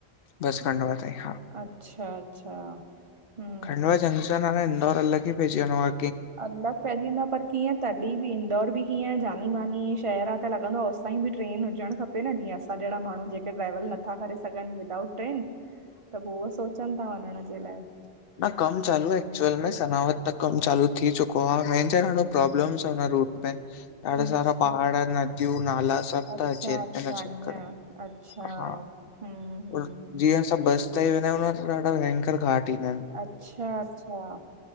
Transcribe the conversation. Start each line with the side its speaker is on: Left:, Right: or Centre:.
Left: बस खंडवा ताई हा
Right: अचछा अच्छा हम्म
Left: खंडवा जंक्शन हाणे इंदौर अलग ई पेजी वेदों आ
Right: अलग पइजी वेंदो आ, पर कीअं तभी भी इंदौर भी कीअं जानी मानी शहर आ त लॻंदो होसताईं भी ट्रेन हुजणु खपे खे न जीअं असां जहिड़ा माण्हू जेके ट्रेवल नथा करे सघन विदाउट ट्रन त पो उहो सोचन। मा वञण जे लाइ।
Left: न कम चालू एक्चुल में सनावत त कम चालू थी चुको आहे हेंचयो न। प्रोब्लमस अ न रुट त्तें। ॾाढा
Right: अच्छा
Left: सारा पहाड़ नदियूं नाला सभ
Right: अच्छा
Left: थ च
Right: अच्छा
Left: न चक्कर
Right: ईअं अच्छा
Left: हा।
Right: हम्म हम्म
Left: और जीअं असां बस ताई ई वेंदा आहियूं त ॾाढा भयंकर घाट ईंदा आहिन।
Right: अच्छा अच्छा।